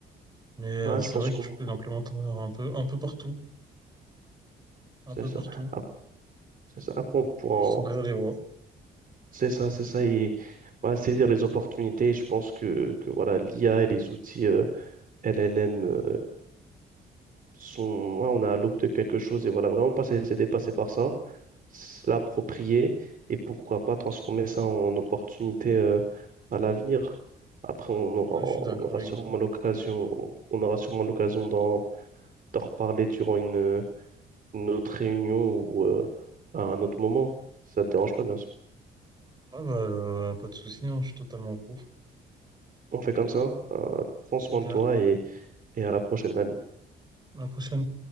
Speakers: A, on the right; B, on the right.
A: Mais
B: Voilà,
A: euh, c'est
B: je pense
A: vrai
B: qu'on
A: que tu peux l'implémenter un peu, un peu partout, un
B: c'est
A: peu
B: ça.
A: partout.
B: Ap- C'est ça. Après, on pourra
A: Faut juste
B: en-
A: ouvrir les voies.
B: c'est ça, c'est ça. Et voilà, saisir les opportunités. Je pense que, que voilà, l'IA et les outils euh, LLM euh, sont. ouais, on a à l'aube de quelque chose et voilà, vraiment pas se laisser dépasser par ça. l'approprier et pourquoi pas transformer ça en opportunité euh, à l'avenir. Après, on aura,
A: Là, je suis d'accord
B: on aura
A: avec
B: sûrement
A: toi.
B: l'occasion, on, on aura sûrement l'occasion d'en d'en reparler durant une, une autre réunion ou euh, à un autre moment. Si ça te dérange pas, bien sûr.
A: Ah bah, euh, pas de souci, hein, je suis totalement pour.
B: On fait comme ça. Euh, prends
A: Super,
B: soin de toi et, et à la prochaine, ami.
A: à la prochaine.